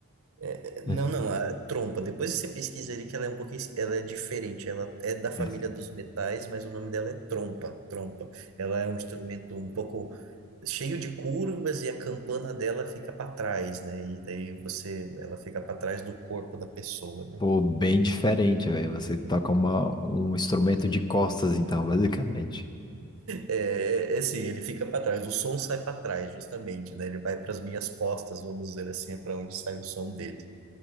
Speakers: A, on the right (about 70°); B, on the left (about 20°).
A: É, é,
B: <laughs>
A: não, não, a trompa. Depois você pesquisa ali que ela é um pouquinho, ela é diferente. Ela é da família
B: É assim.
A: dos metais, mas o nome dela é trompa, trompa. Ela é um instrumento um pouco cheio de curvas e a campana dela fica para trás, né? E daí você, ela fica para trás do corpo da pessoa, né?
B: Pô, bem diferente, velho. Você toca uma, um instrumento de costas, então, <laughs> basicamente.
A: É, é é assim, ele fica para trás, o som sai para trás, justamente, né? Ele vai para as minhas costas, vamos dizer assim, é para onde sai o som dele.